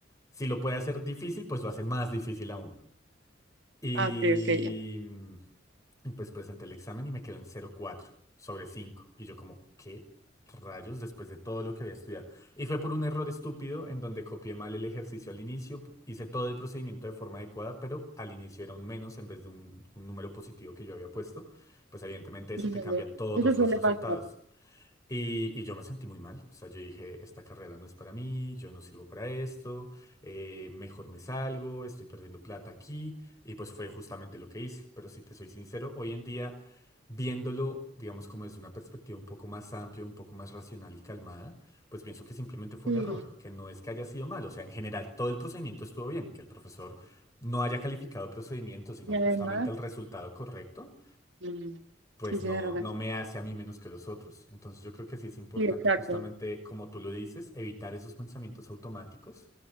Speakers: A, on the left; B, on the right.
A: si lo puede hacer difícil pues lo hace más difícil aún. Y,
B: Ah, ok, ok, ya.
A: mm, y pues presenté el examen y me quedó en cero coma cuatro sobre cinco Y yo como, ¿qué rayos después de todo lo que había estudiado? Y fue por un error estúpido en donde copié mal el ejercicio al inicio, p- hice todo el procedimiento de forma adecuada, pero al inicio era un menos en vez de un, un número positivo que yo había puesto. Pues evidentemente eso
B: Híjole,
A: te cambia todos
B: Eso suele
A: los resultados.
B: pasar.
A: Y, y yo me sentí muy mal, o sea, yo dije, esta carrera no es para mí, yo no sirvo para esto, eh, mejor me salgo, estoy perdiendo plata aquí, y pues fue justamente lo que hice, pero si te soy sincero, hoy en día, viéndolo, digamos, como desde una perspectiva un poco más amplia, un poco más racional y calmada, pues pienso que simplemente fue
B: Sí,
A: un error, que no es que haya sido mal, o sea, en general todo el procedimiento estuvo bien, que el profesor no haya calificado el procedimiento, sino
B: y además,
A: justamente el resultado correcto
B: sí,
A: pues
B: sí, tienes
A: no,
B: razón.
A: no me hace a mí menos que los otros. Entonces yo creo que sí es importante
B: Sí, exacto.
A: justamente, como tú lo dices, evitar esos pensamientos automáticos